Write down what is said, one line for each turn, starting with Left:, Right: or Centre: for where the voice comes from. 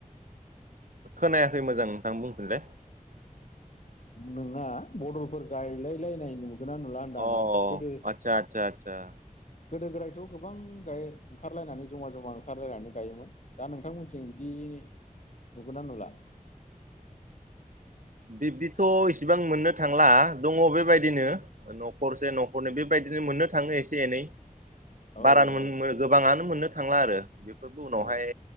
Right: खोनायाखै मोजां नोंथां बुंफिनलाय।
Left: नंङा बदलफोर गायलायलायनाय नुगोना नुला होनदों
Right: अ
Left: गोदो
Right: आदसा आदसा आदसा
Left: गोदो गोदायथ' गोबां गाय ओंखारलायनानै जमा जमा ओंखारलायनानै गायोमोन दा नोंथांमोनथिं बिदि नुगोनना नुला?
Right: <inaudible> बिब्दिथ' इसिबां मोननो थांला दंङो बेबायदिनो न'खरसे न'खरनि बेबायदिनो बिनो मोननो थांङो एसे एनै
Left: औ
Right: बार
Left: औ
Right: गोबांङानो मोननो थांला आरो। बेफोरबो उनावहाय
Left: औ